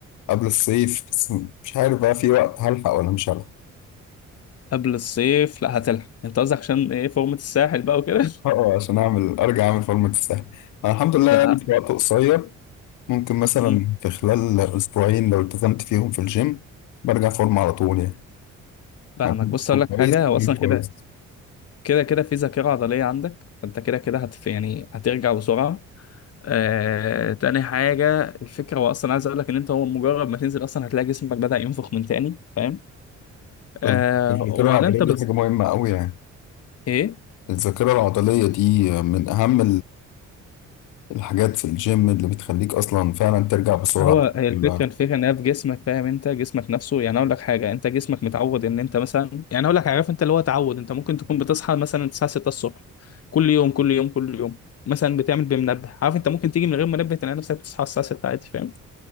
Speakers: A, on the left; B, on the left.
A: قبل الصيف بس مش عارف بقى في وقت هلحق ولا مش هلحق
B: قبل الصيف لا هتلحق انت قصدك عشان ايه فورمة الساحل بقى وكده <laughs>
A: اه اه، عشان اعمل ارجع اعمل فورمة تستاهل انا الحمد لله
B: لا
A: يعني في وقت قصير ممكن مثلا
B: مم.
A: في خلال اسبوعين لو التزمت فيهم في الجيم برجع فورمة على طول يعني
B: فاهمك
A: مجهود
B: بص
A: برضو
B: اقول لك
A: كويس
B: حاجة هو اصلا
A: كويس
B: كده كده كده في ذاكرة عضلية عندك فانت كده كده هت يعني هترجع بسرعة آه... تاني حاجة الفكرة هو اصلا عايز اقول لك ان انت هو مجرد ما تنزل اصلا هتلاقي جسمك بدأ ينفخ من تاني فاهم آه...
A: بس الذاكرة
B: وبعدين
A: العضلية
B: انت
A: دي
B: بس
A: حاجة مهمة قوي يعني
B: ايه
A: الذاكرة العضلية دي من أهم الحاجات في الجيم اللي بتخليك اصلا فعلا ترجع بسرعه
B: هو هي
A: لا.
B: الفكره الفكره ان هي في جسمك فاهم انت جسمك نفسه يعني اقول لك حاجه انت جسمك متعود ان انت مثلا يعني اقول لك عارف انت اللي هو تعود انت ممكن تكون بتصحى مثلا الساعه 6 الصبح كل يوم كل يوم كل يوم مثلا بتعمل بمنبه عارف انت ممكن تيجي من غير منبه تلاقي نفسك بتصحى الساعه 6 عادي فاهم